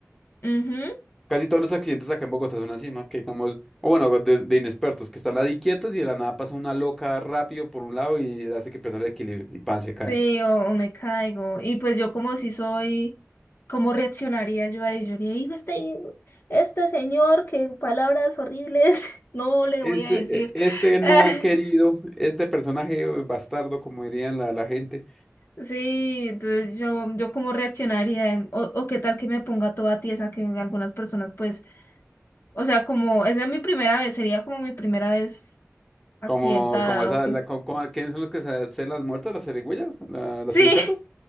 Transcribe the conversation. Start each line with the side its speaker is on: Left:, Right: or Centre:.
Left: Ujú.
Centre: Casi todos los accidentes acá en Bogotá son así, ¿no? Que digamos, o bueno, de, de inexpertos, que están ahí quietos y de la nada pasa una loca rápido por un lado y hace que pierda el equilibrio y pan, se caen.
Left: Sí, o, o me caigo. Y pues yo como si soy, ¿cómo reaccionaría yo a ello? Diría, "Hijo, este, este señor, qué palabras horribles, <laughs> no le
Centre: Este,
Left: voy a decir.
Centre: e- este
Left: <laughs>
Centre: no querido, este personaje eh, bastardo, como dirían la, la gente,
Left: Sí, entonces yo, yo cómo reaccionaría, o, o qué tal que me ponga toda tiesa, que algunas personas pues, o sea, como, esa es mi primera vez, sería como mi primera vez accidentada,
Centre: como, como esa,
Left: o qué.
Centre: la, como- como- ¿quiénes son los que se hacen las muertas, las serigüeyas, la- las
Left: Sí,
Centre: suricatas?